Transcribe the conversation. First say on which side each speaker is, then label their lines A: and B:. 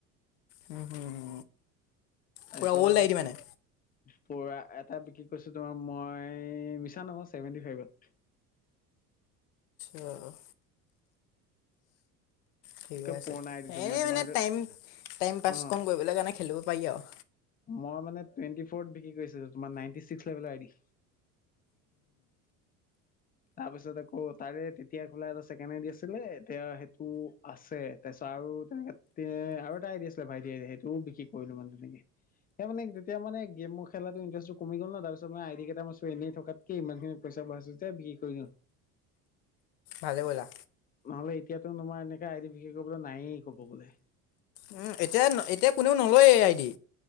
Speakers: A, on the left; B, on the left.
A: উম - হুম।
B: তাৰপিছত
A: পুৰা, অল্ড আই ডি মানে।
B: পুৰা এটা বিক্ৰী কৰিছোঁ, তোমাৰ মই মিছা নকওঁ, ছেভেনটি ফাইভত। <inaudible>
A: অ' - অ'। ঠিকে
B: একে
A: আছে।
B: পুৰণা আই ডিটো
A: এনে
B: তোমাৰ
A: মানে
B: সেইটো
A: টাইম- টাইম পাছ
B: অ
A: কণ কৰিবলৈ কাৰণে খেলিব পাৰি আৰু।
B: মই মানে টুৱেন্টি ফোৰত বিক্ৰী কৰিছিলোঁ, তোমাৰ নাইন টি চিক্স লেভেলৰ আই ডি। তাৰপিছত আকৌ, তাৰে তেতিয়া খোলা এটা চছেকেণ্ড আই ডি আছিলে। এতিয়া সেইটো আছে। তাৰপিছত আৰু তেনেকে তে- আৰু এটা আই ডি আছিলে, ভাইটিয়েৰে। সেইটোও বিক্ৰী কৰিলোঁ মানে তেনেকে সেই মানে- তেতিয়া মানে গেম খেলাটো ইণ্টাৰেষ্টটো কমি গ'ল ন'। তাৰপিছ মানে আই ডি কেইটা মষ্ট এনে থকাতকে ইমানখিনি প <unintelligible> বি কৰিলোঁ।
A: ভালে কৰিলা।
B: নহ'লে, এতিয়াটো নো মই এনেকে আই ডি বিক্ৰী কৰিবলৈ নায়েই, ক'ব গ'লে।
A: উম, এতিয়া- এতিয়া কোনেও নলয়েই আই ডি।